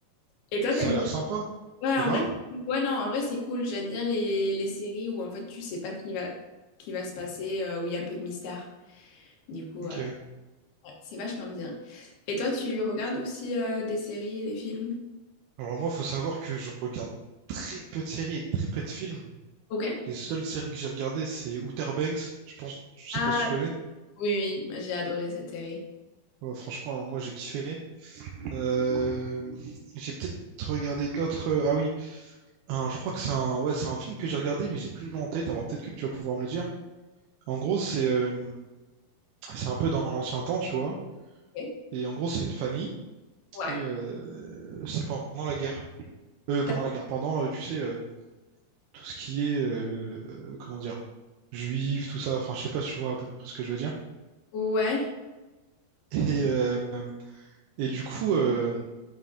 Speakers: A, on the left; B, on the right.
A: Et toi,
B: Ça
A: t'aimes
B: a
A: bien?
B: l'air sympa.
A: Ouais,
B: De
A: en
B: quoi?
A: vrai, ouais, non, en vrai, c'est cool. J'aime bien les, les séries où en fait tu sais pas ce qui va, qui va se passer, euh, où il y a un peu de mystère. Du coup,
B: Ok.
A: euh, ouais, c'est vachement bien. Et toi, tu regardes aussi euh, des séries, des films?
B: Alors moi, faut savoir que je regarde très peu de séries et très peu de films.
A: Ok.
B: Les seules séries que j'ai regardées, c'est Outer Banks. Je pense, je sais
A: Ah,
B: pas si tu
A: ok.
B: connais.
A: oui, oui, moi j'ai adoré cette série.
B: Ouais, franchement, moi j'ai kiffé. Euh, j'ai peut-être regardé d'autres. euh, Ah oui, un- je crois que c'est un, ouais, c'est un film que j'ai regardé, mais j'ai plus le nom en tête. Alors peut-être que tu vas pouvoir me le dire. En gros, c'est euh, c'est un peu dans l'ancien temps, tu vois.
A: Ok.
B: Et en gros, c'est une famille
A: Ouais.
B: et euh, c'est pendant la guerre. Euh,
A: D'ac-
B: pendant la guerre, pendant, euh, tu sais, euh, tout ce qui est, euh, euh, comment dire, juif, tout ça. Enfin, je sais pas si tu vois à peu près ce que je veux dire.
A: Ouais.
B: <laughs> Et, euh, et du coup, euh,